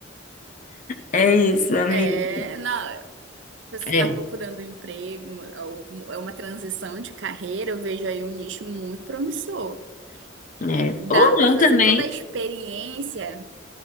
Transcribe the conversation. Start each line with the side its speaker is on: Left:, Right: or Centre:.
Left: É isso, amigo.
Right: É, não, Você
Left: É,
Right: está procurando um emprego, é um- é uma transição de carreira, eu vejo aí um nicho muito promissor.
Left: é.
Right: Dá
Left: Ou
Right: para
Left: não
Right: fazer
Left: também.
Right: toda a experiência.